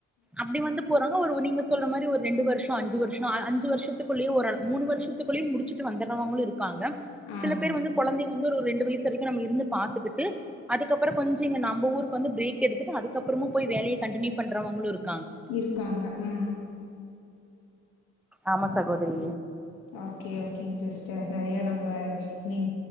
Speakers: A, in the centre; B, on the left.
A: அப்டி வந்து போறாங்க ஒரு நீங்க சொல்ற மாரி ஒரு ரெண்டு வருஷ் அஞ்சு வருஷோ அ அஞ்சு வருஷத்துக்குள்ளேயே ஓரளவு மூணு வருஷத்துக்குள்ளயே முடிச்சுட்டு வந்துறவங்களு இருக்காங்க
B: ஆமா
A: சில பேர் வந்து கொழந்தைங்க ரொம்ப ஒரு ரெண்டு வயசு வரைக்கு நம்ம இருந்து பாத்துக்கிட்டு அதுக்கப்புறோ கொஞ்சோ இங்க நம்ப ஊருக்கு வந்து பிரேக் எடுத்துட்டு அதுக்கப்புறோ மா போய் வேலைய கண்டினியூ பண்றவங்களு இருக்
B: இருக்காங்க ஆ
A: ஆமா சகோதிரி
B: ஓகே ஓகேங்க சிஸ்டர் நெறைய நம்ப மீன்